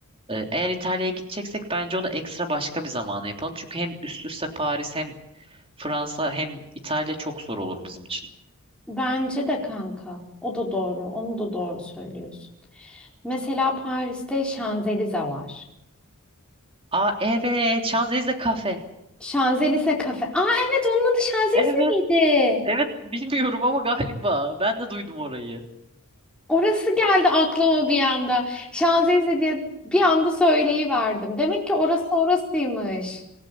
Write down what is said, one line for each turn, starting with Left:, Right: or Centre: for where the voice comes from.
Right: Ee, Eğer İtalya'ya gideceksek bence onu ekstra başka bir zamana yapalım. Çünkü hem üst üste Paris hem Fransa hem İtalya çok zor olur bizim için.
Centre: Bence de kanka. O da doğru. Onu da doğru söylüyorsun. Mesela Paris'te Şanzelize var.
Right: Aa evet Şanzelize kafe.
Centre: Şanzelize kafe. Aa evet onun adı Şanzelize
Right: Evet
Centre: miydi?
Right: evet bilmiyorum ama galiba ben de duydum orayı.
Centre: Orası geldi aklıma bir anda. Şanzelize diye bir anda söyleyiverdim. Demek ki orası orasıymış.